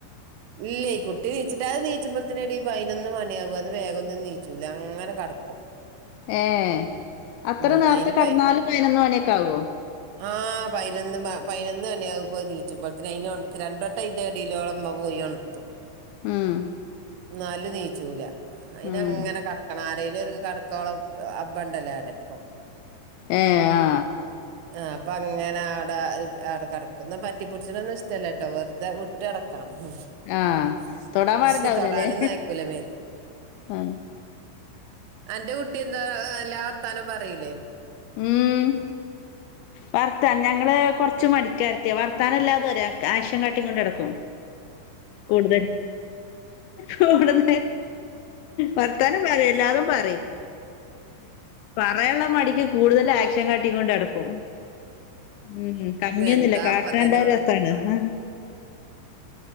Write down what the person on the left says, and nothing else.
ഏർ അത്ര
നേരത്തെ
കടന്നാല പതിനൊന്ന് മണിയൊക്കെ ആകുവോ
ഉം
ഉം
ഏ ആ
ആഹ് തൊടാൻ പാടുണ്ടാവൂലല്ലേ
ആഹ്
ഉം വർത്താൻ ഞങ്ങള് കൊറച്ചു മണിക്കാരത്തിയ വർത്താനമില്ലാതെ ഒരാക്ക് ആക്ഷൻ കാട്ടി കൊട്ടിക്കൊണ്ട് നടക്കും കൂടുതൽ കൂടുത വർത്താനം പറ ല്ലാന്ന് പറയും പറയാനുള്ള മടിക്ക് കൂടുതൽ ആക്ഷൻ കണിക്ക കൈകൊട്ടൊടക്കും ഉം കമ്മിയൊന്നുമില്ല
കാട്ടാണ്ട
രസാണ് ആ